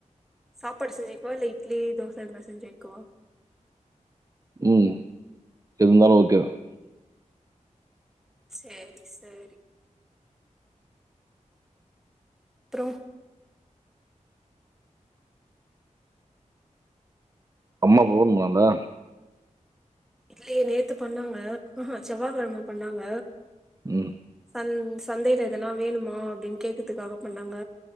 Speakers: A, in the centre; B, on the right (about 25°).
A: சாப்பாடு செஞ்சு வைக்கவா இல்ல இட்லி தோசை இதுமாரி செஞ்சுவைக்கவா
B: ம் இருந்தாலும் ஓகே தான்
A: சேரி சேரி அப்றம்
B: அம்மா போன் பண்ணாலா
A: இல்லயை நேத்து பண்ணாங்க செவ்வாகழம பண்ணாங்க
B: ம்
A: சன் சந்தையில எதனா வேணுமா அப்டின் கேக்கத்துக்காக பண்ணாங்க